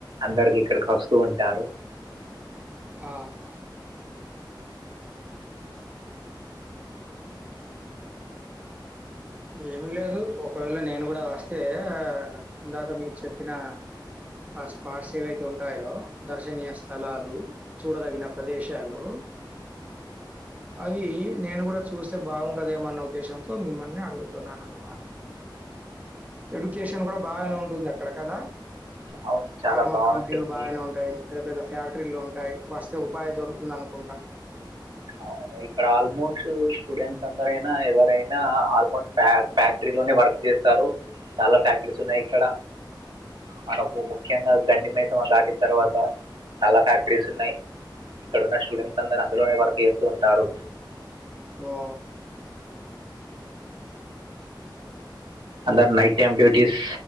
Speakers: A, on the right; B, on the right.
A: అందరికి ఇక్కడికి వస్తూ ఉంటారు.
B: ఆహ ఏమి లేదు ఒకవేళ నేను కూడా వస్తే ఆ ఇందాక మీరు చెప్పిన ఆ స్పాట్ ఏవైతే ఉంటాయో దర్శనీయ స్థలాలు చూడదగిన ప్రదేశాలు అవి నేను కూడా చూస్తే బాగుంటదేమన్న ఉద్దేశంతో మిమ్మల్ని అడుగుతున్నా అన్నమాట ఎడ్యుకేషన్ కూడా బాగానే ఉంటుంది. అక్కడ కదా
A: అవును చాలా
B: ఫార్మా
A: బాగుంటుంది
B: కంపెనీలు బాగానే ఉంటాయి పెద్ద పెద్ద ఫ్యాక్టరీలు వస్తే ఉపాయం దొరుకుతుంది అనుకుంటా
A: అవును ఇక్కడ ఆల్మోస్ట్ స్టూడెంట్స్ అందరైనా ఎవరైనా ఆల్మోస్ట్ ఫ ఫ్యాక్టరీలోనే వర్క్ చేస్తారు చాలా ఫ్యాక్టరీస్ ఉన్నాయి ఇక్కడ మనకు ముఖ్యంగా గండి మైసమ్మ దాటిన తర్వాత చాలా ఫ్యాక్టరీస్ ఉన్నాయి ఇక్కడ ఉన్న స్టూడెంట్స్ అందరు అందులోనే వర్క్ చేస్తూ ఉంటారు
B: వా
A: అందరు night time duties